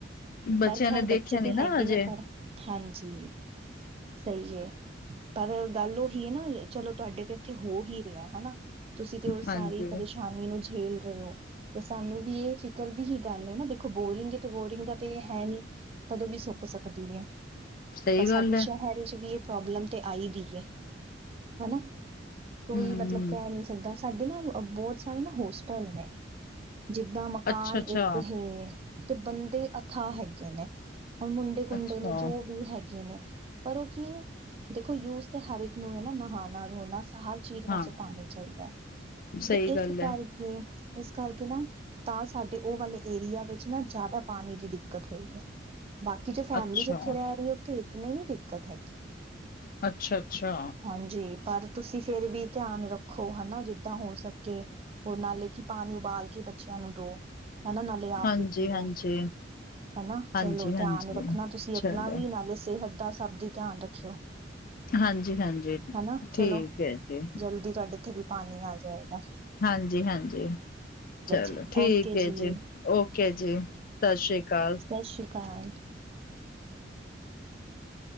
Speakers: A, on the left; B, on the right.
A: ਬੱਚਿਆਂ
B: ਪਰ ਖੈਰ
A: ਨੇ ਦੇਖਿਆ
B: ਬੱਚੇ
A: ਨੀ
B: ਤਾਂ
A: ਨਾ
B: ਹੈਗੇ
A: ਅਜੇ
B: ਨੇ ਪਰ ਹਾਂਜੀ ਸਹੀ ਹੈ। ਪਰ ਗੱਲ ਉਹੀ ਹੈ ਨਾ, ਚਲੋ ਤੁਹਾਡੇ ਤੇ ਇੱਥੇ ਹੋ ਹੀ ਰਿਹਾ ਹਨਾ ਤੁਸੀਂ ਤੇ ਉਹ ਸਾਰੀ
A: ਹਾਂਜੀ
B: ਪਰੇਸ਼ਾਨੀ ਨੂੰ ਝੇਲ ਰਹੇ ਹੋ ਤੇ ਸਾਨੂੰ ਵੀ ਇਹ ਫਿਕਰ ਦੀ ਹੀ ਗੱਲ ਹੈ ਨਾ ਦੇਖੋ ਬੋਰਿੰਗ ਤੇ ਬੋਰਿੰਗ ਦਾ ਤੇ ਇਹ ਹੈ ਨਹੀਂ ਕਦੋਂ ਵੀ ਸੁੱਕ ਸਕਦੀ ਹੈ।
A: ਸਹੀ
B: ਪਰ
A: ਗੱਲ
B: ਸਾਡੇ
A: ਹੈ
B: ਸ਼ਹਿਰ ਕੁਛ ਵੀ ਏ ਪ੍ਰੋਬਲਮ ਤੇ ਆਈ ਦੀ ਏ, ਹੈਨਾ। ਕੋਈ
A: ਹਮ
B: ਮਤਲਬ ਕੈ ਨੀਂ ਸਕਦਾ, ਸਾਡੇ ਨਾ ਬੋਤ ਸਾਰੇ ਨਾ ਹੋਸਟਲ ਨੇ। ਜਿੱਦਾਂ ਮਕਾਨ
A: ਅੱਛਾ ਅੱਛਾ
B: ਏਕ ਹੇ, ਤੇ ਬੰਦੇ ਅਥਾਹ ਹੈਗੀਆ ਨੇ। ਹੁਣ‌ ਮੁੰਡੇ ਕੁੰਡੇ
A: ਅੱਛਾ
B: ਨੇ ਜੋ ਵੀ ਹੈਗੇ ਨੇ ਪਰ ਓ ਕੀ ਦੇਖੋ, ਯੂਜ ਤੇ ਹਰ ਇੱਕ ਨੂੰ ਏਨਾ ਨਹਾਣਾ, ਧੋਣਾ ਹਰ ਚੀਜ
A: ਹਾਂ
B: ਵਾਸਤੇ ਪਾਣੀ ਚਾਹੀਦੈ,
A: ਸਹੀ
B: ਤੇ ਇਸ
A: ਗੱਲ ਹੈ
B: ਕਰ ਤੇ ਇਸ ਕਰਕੇ ਨਾ ਤਾਂ ਸਾਡੇ ਓ ਵਾਲੇ ਏਰੀਆ ਵਿੱਚ ਨਾ ਜਾਦਾ ਪਾਣੀ ਦੀ ਦਿੱ ਕਤ ਹੋਈ ਏ ਬਾਕੀ ਜੋ ਫੈਮਲੀ
A: ਅੱਛਾ
B: ਜਿੱਥੇ ਰੈ ਰੀਏ ਓਥੇ ਇਤਨੀ ਹੀ ਦਿੱਕਤ ਹੈਗੀ।
A: ਅੱਛਾ-ਅੱਛਾ।
B: ਹਾਂਜੀ, ਪਰ ਤੁਸੀਂ ਫੇਰ ਵੀ ਧਿਆਨ ਰੱਖੋ ਹੈਨਾ, ਜਿੱਦਾਂ ਹੋ ਸਕੇ। ਹੋਰ ਨਾਲੇ ਕਿ ਪਾਣੀ ਉਬਾਲ ਕੇ ਬੱਚਿਆਂ ਨੂੰ ਦੋ ਹੈਨਾ, ਨਾਲੇ ਆਪ
A: ਹਾਂਜੀ
B: ਵੀ ਪੀਓ।
A: ਹਾਂਜੀ
B: ਹਨਾ
A: ਹਾਂਜੀ
B: ਚਲੋ,
A: ਹਾਂਜੀ
B: ਧਿਆਨ ਰੱਖਣਾ ਤੁਸੀਂ
A: ਚਲੋ
B: ਆਪਣਾ ਵੀ ਨਾਲੇ ਸੇਹਤ ਤਾ ਸਭ ਦੀ ਧਿਆਨ ਰੱਖਿਓ।
A: ਹਾਂਜੀ ਹਾਂਜੀ
B: ਹੈਨਾ
A: ਠੀਕ
B: ਚਲੋ,
A: ਹੈ ਜੀ
B: ਜਲਦੀ ਤੁਆਡੇ ਏਥੇ ਵੀ ਪਾਣੀ ਆ ਜਾਏਗਾ।
A: ਹਾਂਜੀ-ਹਾਂਜੀ, ਚਲੋ
B: ਜੀ
A: ਠੀਕ
B: ਓਕੇ ਜੀ
A: ਐਜੀ ਓ ਕੇ ਜੀ, ਸਤਿ ਸ੍ਰੀ ਅਕਾਲ।
B: ਸਤਿ ਸ਼੍ਰੀ ਅਕਾਲ।